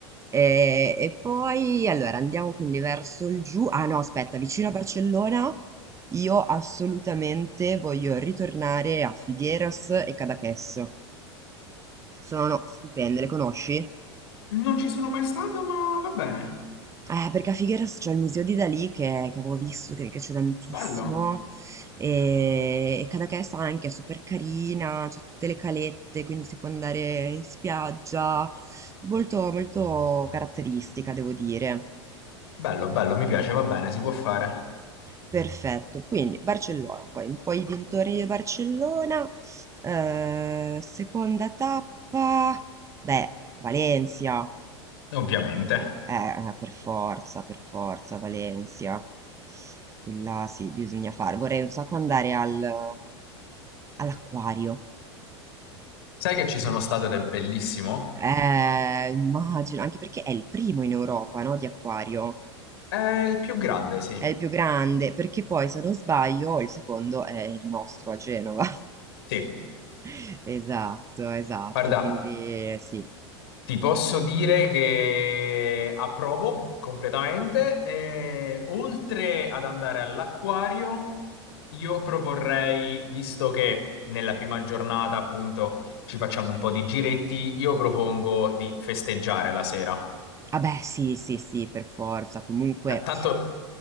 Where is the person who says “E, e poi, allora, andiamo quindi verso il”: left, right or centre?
Right